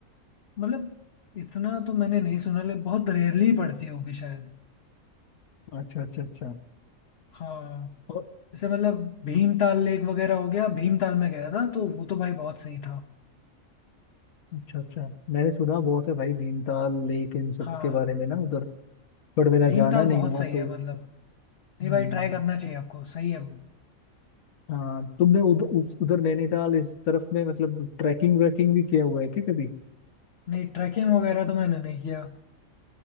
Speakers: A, on the left; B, on the left.
A: मतलब इतना तो मैंने नहीं सुना ले बहुत रेयरली पड़ती होगी शायद
B: अच्छा अच्छा अच्छा
A: हाँ
B: और-
A: जैसे मतलब भीमताल लेक वगैरह हो गया भीमताल में गया था तो वो तो भाई बहुत सही था
B: अच्छा अच्छा मैंने सुना बहुत है भाई भीमताल लेक इन सब
A: हाँ
B: के बारे में ना उधर बट मेरा
A: भीमताल
B: जाना नहीं
A: बहुत
B: हुआ
A: सही
B: तो
A: है मतलब नहीं
B: हम्म,
A: भाई ट्राई करना चाहिए आपको सही है वो
B: हाँ तुमने उधर उस उधर नैनीताल इस तरफ में मतलब ट्रैकिंग व्रैकिंग भी किया हुआ है क्या कभी
A: नहीं ट्रैकिंग वगैरह तो मैंने नहीं किया